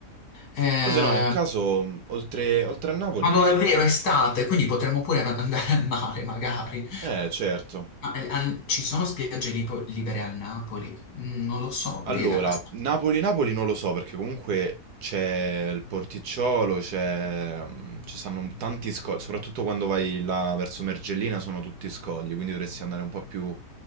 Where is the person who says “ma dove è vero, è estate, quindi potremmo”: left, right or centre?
Left